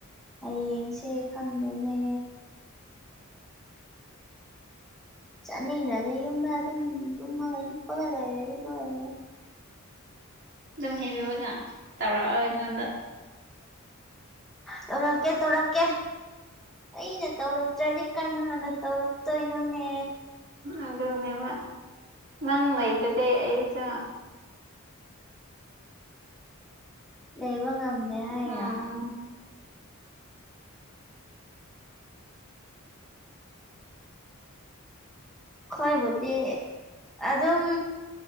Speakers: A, in the centre; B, on the right (about 55°).
A: ꯍꯌꯦꯡꯁꯦ ꯈꯪꯗꯦꯅꯦ ꯆꯥꯠꯅꯤꯡꯗ꯭ꯔꯗꯤ ꯌꯨꯝꯗ ꯑꯗꯨꯝ ꯇꯨꯝꯃꯒ ꯍꯤꯞꯄꯒ ꯂꯩꯔꯗꯤ ꯂꯣꯏꯔꯦ
B: ꯑꯗꯨꯝ ꯍꯩꯕꯤꯕꯒ ꯇꯧꯔꯛꯑꯣ ꯑꯩꯉꯣꯟꯗ
A: ꯇꯧꯔꯛꯀꯦ ꯇꯧꯔꯛꯀꯦ ꯑꯩꯅ ꯇꯧꯔꯛꯇ꯭ꯔꯗꯤ ꯀꯅꯥꯅ ꯇꯧꯔꯛ ꯇꯣꯏꯅꯣꯅꯦ
B: ꯑꯗꯨꯅꯦꯕ ꯅꯪ ꯂꯩꯇꯗꯤ ꯑꯩꯁꯨ
A: ꯂꯩꯕ ꯉꯝꯗꯦ ꯍꯥꯏꯔꯤꯔꯣ
B: ꯎꯝ
A: ꯈꯣꯏꯕꯨꯗꯤ ꯑꯗꯨꯝ